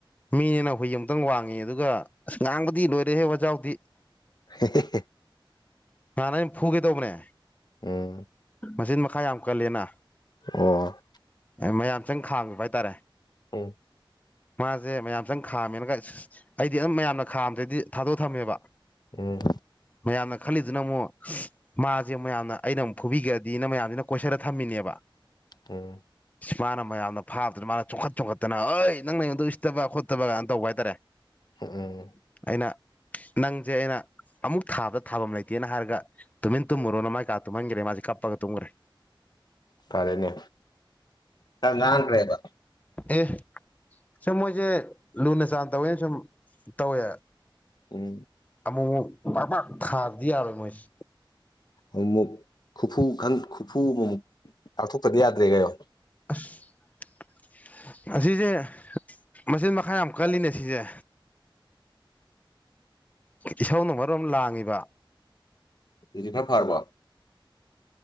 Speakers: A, on the left (about 15°); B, on the left (about 50°).
A: ꯃꯤꯅꯦꯅꯥ ꯍꯨꯏ ꯃꯨꯛꯇꯪ ꯋꯥꯡꯉꯤ ꯑꯗꯨꯒ ꯑꯁ ꯉꯥꯡꯕꯗꯤ ꯂꯣꯏꯔꯦꯍꯦ ꯋꯥꯖꯥꯎꯗꯤ
B: ꯍꯦ ꯍꯦ
A: ꯅꯍꯥ ꯑꯩꯅ ꯐꯨꯒꯦ ꯇꯧꯕꯅꯦ
B: ꯎꯝ
A: ꯃꯆꯤꯟ ꯃꯈꯥ ꯌꯥꯝ ꯀꯜꯂꯦꯅ
B: ꯑꯣ
A: ꯃꯌꯥꯝ ꯆꯪ ꯈꯥꯡꯉꯤꯕ ꯍꯥꯏꯇꯥꯔꯦ
B: ꯎꯝ
A: ꯃꯥꯁꯦ ꯃꯌꯥꯝꯆꯥꯡ ꯈꯥꯝꯃꯦꯅꯒ ꯑ ꯑꯩꯗꯤ ꯑꯗꯨꯝ ꯃꯌꯥꯝꯅ ꯈꯥꯝꯗꯩꯗꯤ ꯊꯥꯗꯣꯛ ꯊꯝꯃꯦꯕ
B: ꯎꯝ
A: ꯃꯌꯥꯝꯅ ꯈꯜꯂꯤꯗꯨꯅ ꯑꯃꯨꯛ ꯁꯤ ꯃꯥꯁꯦ ꯃꯌꯥꯝꯅ ꯑꯩꯅ ꯑꯃꯨꯛ ꯐꯨꯕꯤꯈ꯭ꯔꯗꯤꯅ ꯃꯌꯥꯝꯁꯤꯅ ꯀꯣꯏꯁꯟꯂ ꯊꯝꯃꯤꯅꯦꯕ
B: <unintelligible>
A: ꯁ ꯃꯥꯅ ꯃꯌꯥꯝꯅ ꯐꯥꯕꯗꯨꯗꯥ ꯃꯥꯅ ꯆꯣꯡꯈꯠ ꯆꯣꯈꯠꯇꯅ ꯑꯩ ꯅꯪ ꯑꯩꯉꯣꯟꯗꯥ ꯎꯁꯤꯇꯥꯕ ꯈꯣꯠꯇꯕ ꯇꯧꯕ ꯍꯥꯏꯇꯥꯔꯦ
B: ꯎꯝ ꯎꯝ
A: ꯑꯩꯅ ꯅꯪꯁꯦ ꯑꯩꯅ ꯑꯃꯨꯛ ꯊꯥꯕꯗ ꯊꯥꯐꯝ ꯂꯩꯇꯦꯅ ꯍꯥꯏꯔꯒ ꯇꯨꯃꯤꯟ ꯇꯨꯝꯃꯨꯔꯣꯅ ꯃ ꯀꯥ ꯇꯨꯝꯍꯟꯈ꯭ꯔꯦ ꯃꯥꯁꯦ ꯀꯞꯄꯒ ꯇꯨꯝꯈ꯭ꯔꯦ
B: ꯐꯔꯦꯅꯦ ꯌꯥꯝ ꯉꯥꯡꯈꯔꯦꯕꯥ
A: ꯑ ꯁꯨꯝ ꯃꯣꯏꯁꯦ ꯂꯨꯅ ꯆꯥꯟꯅ ꯇꯧꯋꯦꯅ ꯁꯨꯝ ꯇꯧꯋꯦ
B: ꯎꯝ
A: ꯑꯃꯨ ꯃꯨꯛ ꯄꯥꯛ ꯄꯥꯛ ꯊꯗꯤ ꯌꯥꯔꯣꯏ ꯃꯣꯏꯁꯤ
B: ꯑꯃꯨꯛ ꯈꯨꯐꯨ ꯈꯟ ꯈꯨꯐꯨ ꯑꯃꯃꯨꯛ ꯀꯥꯛꯊꯣꯛꯇꯗꯤ ꯌꯥꯗ꯭ꯔꯦ ꯀꯩꯅꯣ
A: ꯑꯁ ꯑꯁꯤꯁꯦ ꯃꯆꯤꯟ ꯃꯈꯥ ꯌꯥꯝ ꯀꯜꯂꯤꯅꯦ ꯁꯤꯁꯦ ꯏꯁꯧꯅ ꯃꯔꯣꯝ ꯂꯥꯡꯉꯤꯕ
B: ꯑꯗꯨꯗꯤ ꯈꯔ ꯐꯔꯕꯣ